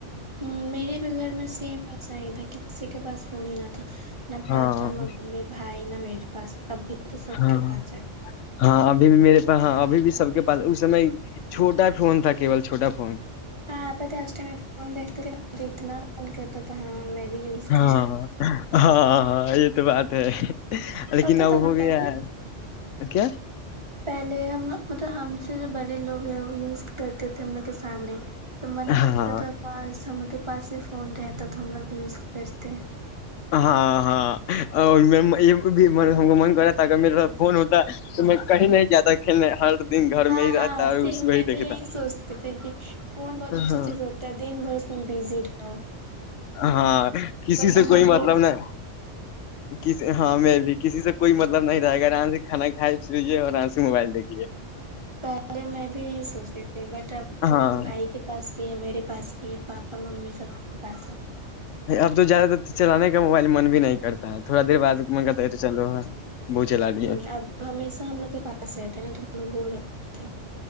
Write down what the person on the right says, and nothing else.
ہ میرے بھی گھر میں سیم ایسا ہی تھا کسی کے پاس ہونیین <unintelligible>
پاپا ممی بھائی نا میری پاس اب بھی یہ تو سب
کے پاس ہے
ہاںپ اس میں فون دیکتے تھے مج اتنا فون کرتا تھا ہ میں بھی یوز
کروں
پتا
تھا نا
پہلے
ہ
پہلے ہم مطلب ہم سے جو بڑے لوگ یوز کرتے تھے ہم نے کسانیں تو من
کرتا تھا کو ہم کے پس ہی فون رہ تب تو ہم لوگ بھی یوز کرتے ہیں
ہاں
ہاں
سیم
میں
بھی
یہی سوچتی تھی کہ فون بہت اچھا
چیز ہوتا ہے دن بھر اس میں بزی رہ ہو
بٹ
ا
ہ پہلے میں بھی یہی سوچتی تھی بٹ ب تو
بھائی کے پاس یہی میرے پاس بھی ہے پاپا ممی سے سب سے پیسہ
ہ اب ہمیشہ ہم لوگ کے پاس رہتے ہیں نا تو ہم لوگ بول رہ اچ